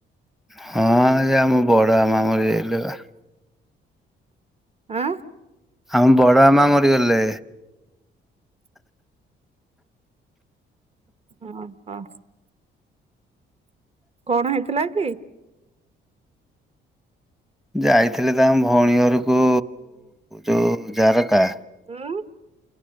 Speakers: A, in the centre; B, on the right (about 30°).
A: ହଁ ସେ ଆମ ବଡ ଆମା ମରି ଯାଇଥିଲେ ପା।
B: ଆଁ
A: ଆମ ବଡ ଆମା ମରିଗଲେ।
B: ହଁ- ହଁ। କଣ ହେଇଥିଲା କି?
A: ଯାଇଥିଲେ ତାଙ୍କ ଭଉଣୀ ଘରକୁ ଯୋଉଁ ଜାରକା।
B: ହୁଁ।